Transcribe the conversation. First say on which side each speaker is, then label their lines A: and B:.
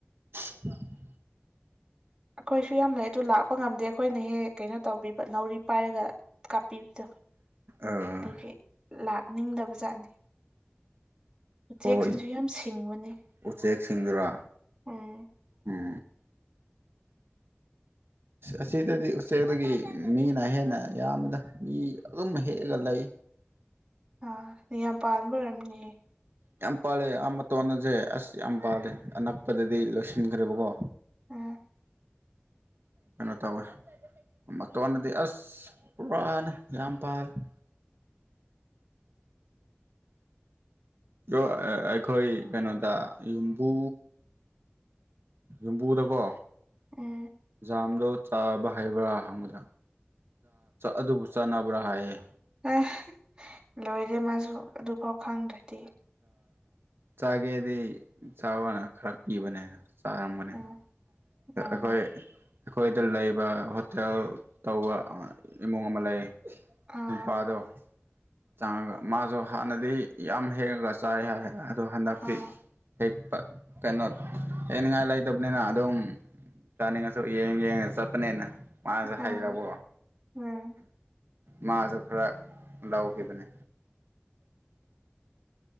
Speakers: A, on the right; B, on the right.
A: <inaudible>
B: ꯑꯩꯈꯣꯏꯁꯨ ꯌꯥꯝ ꯂꯩ ꯑꯗꯨ ꯂꯥꯛꯄ ꯉꯝꯗꯦ ꯑꯩꯈꯣꯏꯅ ꯍꯦꯛ ꯀꯩꯅꯣ ꯇꯧꯕꯤꯕ ꯅꯥꯎꯔꯤ ꯄꯥꯏꯔꯒ ꯀꯥꯞꯄꯤꯕꯗꯣ
A: ꯑꯥ
B: ꯑꯗꯒꯤ ꯂꯥꯛꯅꯤꯡꯗꯕ ꯖꯥꯠꯅꯤ꯫ ꯎꯆꯦꯛꯁꯤꯡꯁꯨ
A: ꯍꯣꯏ
B: ꯌꯥꯝ ꯁꯤꯡꯕꯅꯤ
A: ꯎꯆꯦꯛꯁꯤꯡꯗꯨꯔ
B: ꯎꯝ
A: ꯎꯝ ꯑꯁꯤꯗꯗꯤ ꯎꯆꯦꯛꯗꯒꯤ ꯃꯤꯅ ꯍꯦꯟꯅ ꯌꯥꯝꯕꯗ ꯃꯤ ꯑꯗꯨꯝ ꯍꯦꯛꯑꯒ ꯂꯩ꯫
B: ꯑꯥ ꯑ ꯌꯥꯝ ꯄꯥꯟꯕ ꯑꯣꯏꯔꯝꯅꯤꯌꯦ꯫
A: ꯌꯥꯝ ꯄꯥꯜꯂꯦꯥ ꯃꯇꯣꯟ ꯑꯁꯦ ꯑꯁ ꯌꯥꯝ ꯄꯥꯜꯂꯦ
B: ꯎꯝ
A: ꯑꯅꯛꯄꯗꯗꯤ ꯂꯣꯏꯁꯤꯟꯈ꯭ꯔꯦꯕꯀꯣ꯫
B: ꯎꯝ
A: ꯀꯩꯅꯣ ꯇꯧꯋꯦ ꯃꯇꯣꯟꯅꯗꯤ ꯑꯁ ꯄꯨꯔꯥꯅ ꯌꯥꯝ ꯄꯥꯜꯂꯤ꯫ <inaudible> ꯑꯩꯈꯣꯏ ꯀꯩꯅꯣꯗ ꯌꯨꯝꯕꯨ ꯌꯨꯝꯕꯨꯗꯀꯣ
B: ꯎꯝ
A: ꯖꯥꯝꯗꯣ ꯆꯥꯕ ꯍꯩꯕ꯭ꯔꯥ ꯍꯪꯕꯗ ꯑꯗꯨꯕꯨ ꯆꯥꯅꯕ꯭ꯔꯥ ꯍꯥꯏꯌꯦ꯫
B: ꯑꯁ ꯂꯣꯏꯔꯦ ꯃꯥꯁꯨ ꯑꯗꯨ ꯐꯥꯎ ꯀꯨꯡꯗꯔ꯭ꯗ ꯫
A: ꯆꯥꯒꯦꯗꯤ ꯆꯥꯕꯅ ꯈꯔ ꯄꯤꯕꯅꯦ ꯑꯗꯣ ꯆꯥꯔꯝꯒꯅꯦ꯫
B: ꯎ ꯑꯥ
A: ꯑꯩꯈꯣꯏ ꯑꯩꯈꯣꯏꯗ ꯂꯩꯕ ꯍꯣꯇꯦꯜ ꯇꯧꯕ ꯏꯃꯨꯡ ꯑꯃ ꯂꯩ꯫
B: ꯑꯥ
A: ꯅꯨ ꯄꯥꯗꯣ ꯆꯪꯉꯒ ꯃꯥꯁꯨ ꯍꯥꯟꯅꯗꯤ ꯌꯥꯝ ꯍꯦꯡꯉꯒ ꯆꯥꯏ ꯍꯥꯏ ꯑꯗꯣ ꯍꯟꯗꯛꯇꯤ
B: ꯑꯥ
A: ꯍꯦꯛꯄ ꯀꯩꯅꯣ ꯍꯦꯛꯅꯤꯡꯉꯥꯏ ꯂꯩꯇꯕꯅꯤꯅ ꯑꯗꯨꯝ ꯆꯅꯤꯡꯉꯁꯨꯣ ꯌꯦꯡ ꯌꯦꯡꯉ ꯆꯄꯅꯦꯅ ꯃꯥꯁꯨ ꯍꯥꯏꯔꯕꯣ
B: ꯑꯥ ꯎꯝ
A: ꯃꯥꯁꯨ ꯈꯔ ꯂꯧꯈꯤꯕꯅꯦ꯫